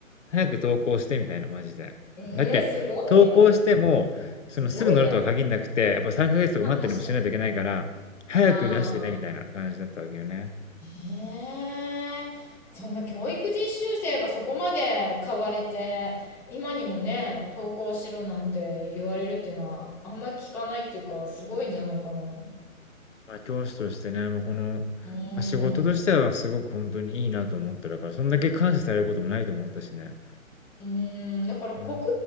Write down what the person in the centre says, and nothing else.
ええー、
すごいね。
すごいやん。
まあ確かに。
ああ、
ねえ、そんな教育実習生がそこまで買われて、今にもね、登校しろなんて言われるっていうのは、あんまり聞かないっていうか、すごいんじゃないかな。う
ー
ん。
うーん、だから国語、